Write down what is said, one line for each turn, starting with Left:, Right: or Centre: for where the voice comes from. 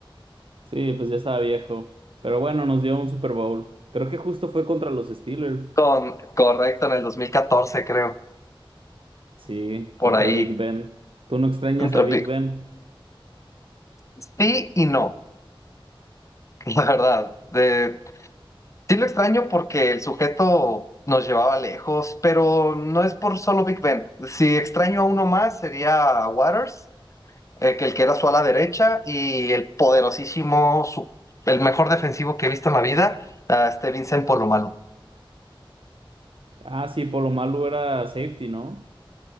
Right: Sí, pues ya estaba viejo. Pero bueno, nos dio un Super Bowl. Creo que justo fue contra los Steelers.
Left: Con, correcto, en el 2014 creo,
Right: Sí,
Left: por
Right: contra
Left: ahí.
Right: Big Ben. ¿Tú no extrañas
Left: Contra
Right: a Big
Left: Pi-
Right: Ben?
Left: Sí y no, <laughs> la verdad. De, sí lo extraño porque el sujeto nos llevaba lejos, pero no es por solo Big Ben. Si extraño a uno más sería a Waters eh, que el que era su ala derecha y el poderosísimo, su- el mejor defensivo que he visto en la vida, ah, este Vincent Polomalo.
Right: Ah, sí, por lo malo era safety, ¿no?